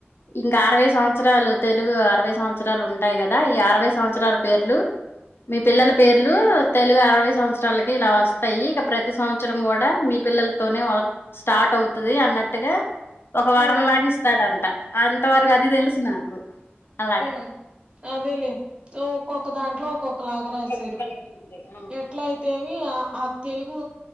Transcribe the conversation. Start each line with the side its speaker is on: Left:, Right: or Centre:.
Left: ఇంకా అరవై సంవత్సరాలు తెలుగు అరవై సంవత్సరాలు ఉంటాయి కదా ఈ అరవై సంవత్సరాల పేర్లు మీ పిల్లల పేర్లు తెలుగు అరవై సంవత్సరాలకి ఇలా వస్తాయి ఇక ప్రతి సంవత్సరం కూడా మీ పిల్లలతోనే స్టార్ట్ అవుతది అన్నట్టుగా ఒక వారం
Right: ఉమ్
Left: లాగ ఇస్తాడంట అంతవరకు అది తెలుసు నాకు అలా
Right: మ్ అదేలే ఒక్కొక్క దాంట్లో ఒక్కొక్కలాగా రాసారు
Left: ప్రతి కళ ఉంది. అవును
Right: ఎట్లా అయితేవి ఆ ఆ తెలుగు